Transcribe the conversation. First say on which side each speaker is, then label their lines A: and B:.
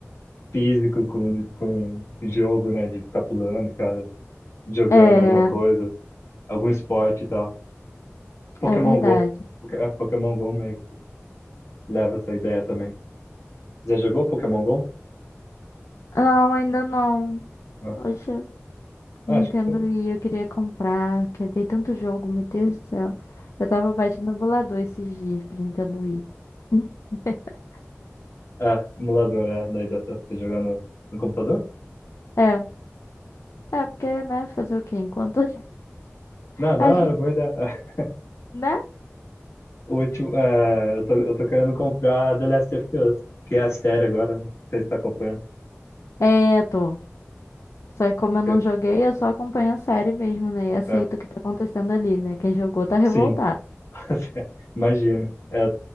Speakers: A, on the left; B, on the left.
A: físico, com, com jogo, né? De ficar pulando, ficar jogando
B: É,
A: alguma coisa, algum esporte e tal. Pokémon
B: é verdade.
A: Go. Poké- é, Pokémon Go meio que leva essa ideia também. Já jogou Pokémon Go?
B: Não, ainda não.
A: Ah,
B: Poxa,
A: acho.
B: Nintendo e eu queria comprar, que tem tanto jogo, meu Deus do céu. Eu tava baixando emulador esses dias pra Nintendo Wii. <laughs>
A: Ah, emulador, é. Daí dá pra você jogar no, no computador?
B: É, é porque, né, fazer o quê? Enquanto <laughs>
A: Não, da
B: a
A: hora,
B: gente,
A: boa ideia. <laughs> Ah,
B: né?
A: O último, é, eu tô, eu tô querendo comprar The Last of Us, que é a série agora, né? Não sei se tá acompanhando.
B: É, tô. Só que como eu
A: Que,
B: não joguei, eu só acompanho a série mesmo, né? E aceito
A: é,
B: o que tá acontecendo ali, né? Quem jogou tá revoltado.
A: sim, <laughs> imagino. É,